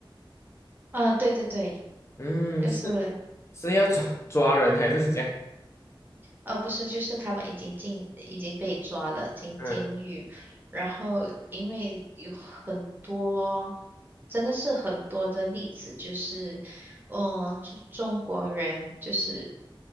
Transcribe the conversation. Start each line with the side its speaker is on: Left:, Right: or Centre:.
Right: 啊，对对对，
Left: 嗯，
Right: 就是。
Left: 是是要抓抓人还是怎样？
Right: 呃，不是，就是他们已经进，已经被抓了，进监狱。
Left: 嗯，
Right: 然后，因为有很多，真的是很多的例子，就是，嗯，中中国人就是，